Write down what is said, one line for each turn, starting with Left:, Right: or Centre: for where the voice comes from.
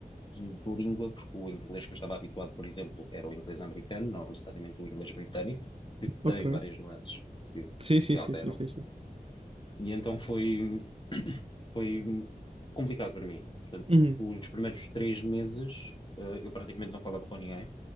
Left: de, de língua, porque o inglês que eu estava habituado, por exemplo, era o inglês americano, não necessariamente o inglês britânico, que
Right: ok.
Left: tem várias nuances que,
Right: Sim, sim,
Left: que
Right: sim,
Left: alteram.
Right: sim, sim, sim.
Left: E então foi, <coughs> <clears throat> foi complicado para mim.
Right: Uhum,
Left: Os primeiros três meses, eh, eu praticamente não falava com ninguém,